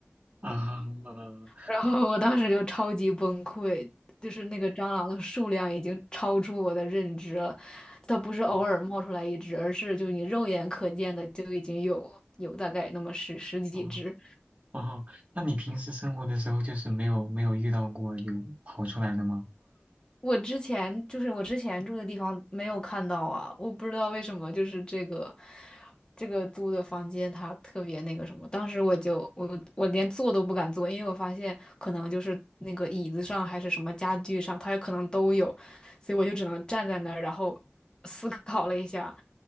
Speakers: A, on the right; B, on the left.
A: 啊，呃
B: 然后我当时就超级崩溃，就是那个蟑螂的数量已经超出我的认知了，它不是偶尔冒出来一只，
A: 哦
B: 而是就你肉眼可见的就已经有有大概那么十十几只。
A: 哦哦，那你平时生活的时候就是没有没有遇到过有跑出来的吗？
B: 我之前就是我之前住的地方没有看到啊，我不知道为什么，就是这个这个租的房间它特别那个什么，当时我就我我连坐都不敢坐，因为我发现可能就是那个椅子上还是什么家具上，它有可能都有，所以我就只能站在那儿，然后思考了一下，